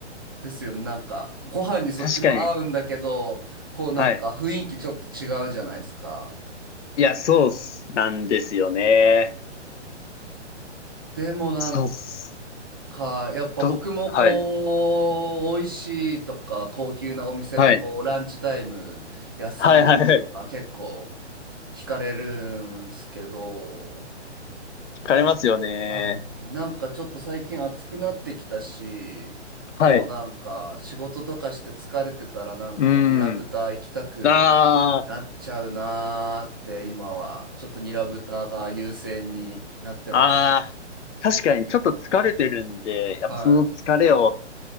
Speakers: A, on the right; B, on the left.
A: ですよね、なんかご飯にそっちも合うんだけど、
B: 確かに。
A: こうなんか雰囲気ちょっと違うじゃないですか。
B: はい。いや、そうっす。なんですよね。
A: でもなん
B: そうっす。
A: か、やっぱ僕もこう、
B: と、はい。
A: 美味しいとか、高級なお店のこう、
B: はい。
A: ランチタイム、安いとか、
B: はいはいはい。
A: 結構、惹かれるんすけど、
B: 疲れますよね。
A: はい、なんかちょっと最近暑くなってきたし、
B: はい。
A: こうなんか、仕事とかして疲れてたら、なんか、
B: う
A: ニラ豚行きたく
B: ん。あ
A: なっちゃうなーって、今は、ちょっとニラ豚が優先になってます。
B: あ、ああ、確かにちょっと疲れてるんで、やっぱその疲れを
A: はい。